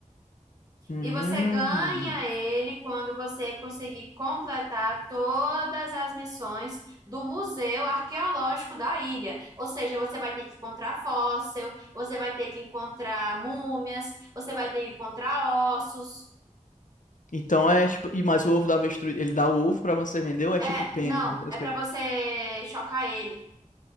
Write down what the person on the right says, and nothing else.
E você ganha ele quando você conseguir completar todas as missões do Museu Arqueológico da ilha. Ou seja, você vai ter que encontrar fóssil, você vai ter que encontrar múmias, você vai ter que encontrar ossos.
É,
não,
é para
você chocar ele.